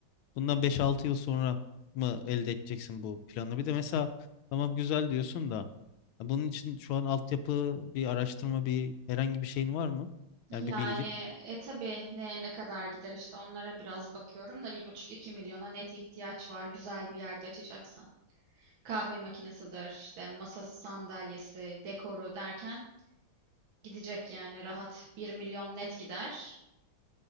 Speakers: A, on the left; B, on the right.
A: Bundan beş-altı yıl sonra mı elde edeceksin bu planı? Bir de mesela tamam güzel diyorsun da ya bunun için şu an altyapı, bir araştırma, bir herhangi bir şeyin var mı? Yani
B: Yani
A: bir bilgin.
B: e tabii neye ne kadar gider işte onlara biraz bakıyorum da bir buçuk iki milyona net ihtiyaç var güzel bir yerde açacaksam. kahve makinesidir, işte masası, sandalyesi, dekoru derken gidecek yani rahat bir milyon net gider.